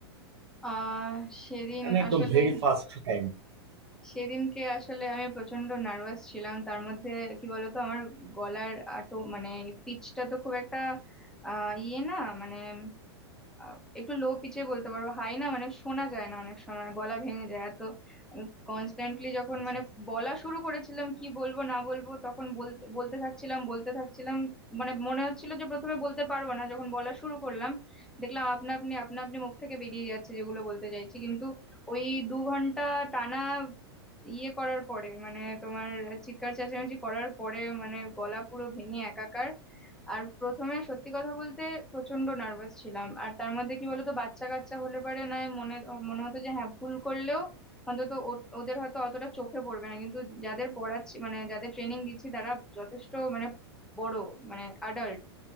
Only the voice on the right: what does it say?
মানে একদম
ভেরি ফার্স্ট টাইম
আচ্ছা